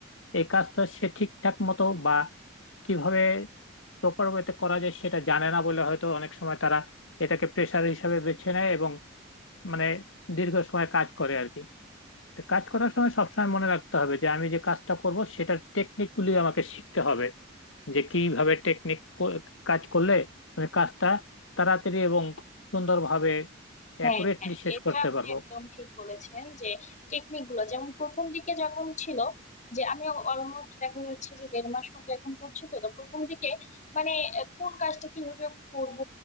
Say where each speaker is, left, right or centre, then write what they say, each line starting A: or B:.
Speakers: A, on the left; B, on the left.
A: এই কাজটা সে ঠিকঠাক মতো বা কিভাবে প্রপার ওয়েতে করা যায় সেটা জানে না বলে হয়তো অনেক সময় তারা এটাকে প্রেশার হিসাবে বেছে নেয় এবং মানে দীর্ঘ সময় কাজ করে আর কি তো কাজ করার সময় সবসময় মনে রাখতে হবে যে আমি যে কাজটা করব সেটার টেকনিকগুলি আমাকে শিখতে হবে যে কিভাবে টেকনিক কাজ করলে আমি কাজটা তাড়াতাড়ি এবং সুন্দরভাবে অ্যাকুরেটলি
B: হ্যাঁ হ্যাঁ
A: শেষ
B: এটা
A: করতে
B: আপনি
A: পারবো
B: একদম ঠিক বলেছেন যে টেকনিক গুলো যেমন প্রথম দিকে যখন ছিল যে আমি অলমোস্ট দেখা যাচ্ছে যে দেড় মাস মতো এখন করছি তো তো প্রথম দিকে মানে আহ, কোন কাজটা কিভাবে করব